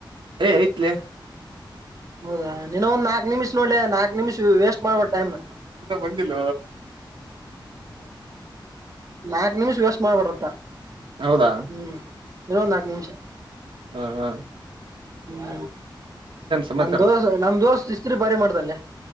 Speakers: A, on the right; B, on the right.
A: ಏ ಐತ್ಲ
B: ಹೌದಾ ನೀನ ಒಂದ ನಾಲ್ಕ್ ನಿಮ್ ನೋಡ್ ನಾಕಕ್ ನಿಮಿಷ ವೇಸ್ಟ್ ಮಾಡಬೇ ಟೈ್
A: ಬಂದಿಲ್ಲ
B: ನಾಲ್ಕ್ ನಿಮಿಷ ವ್ಯಸ್ ಮಾಡಬಡತ್ತಾ
A: ಹೌದಾ
B: ಹ್ಮ್ ಇನ್ನೊಂದ ಹಾಕ ನಿಮಿಷ
A: ಹಾ ಹಾ
B: ಹ್ಮ
A: ಸಮಾಚಾರ
B: ನಮ ದೋಸ ನಮ ದೋಸ್ ಇಸ್ತ್ರಿ ಬಾರಿ ಮಾಡ್ದಲ್ಲೆ